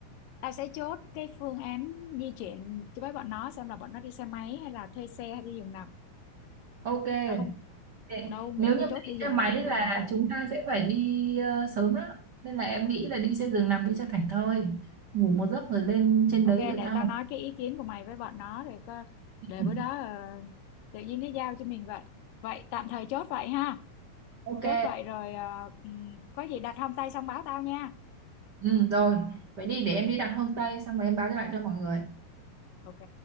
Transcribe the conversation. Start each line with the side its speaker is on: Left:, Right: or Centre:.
Left: tao sẽ chốt cái phương án di chuyển cho với bọn nó xem là bọn nó đi xe máy hay là thuê xe hay đi giường nằm
Right: ok
Left: à không
Right: Để-
Left: đâu mình
Right: nếu như mà
Left: chốt
Right: đi
Left: đi giường
Right: xe máy
Left: nằm rồi
Right: là
Left: mà
Right: chúng ta sẽ phải đi ờ, sớm đó nên là em nghĩ là đi xe giường nằm đi cho thảnh thơi ngủ một giấc
Left: Ừ.
Right: rồi lên trên
Left: Ok,
Right: đấy rồi
Left: để
Right: tao
Left: tao nói cái ý kiến của mày với bọn nó rồi có
Right: Ừ.
Left: để bữa đó ờ, tự nhiên nó giao cho mình vậy. Vậy tạm thời chốt vậy ha.
Right: ok
Left: Chốt vậy rồi ờ, ừm, có gì đặt hôm tay xong báo tao nha.
Right: ừ, rồi vậy đi để em
Left: Ừ,
Right: đi đặt homestay xong rồi em báo lại cho mọi người
Left: ok.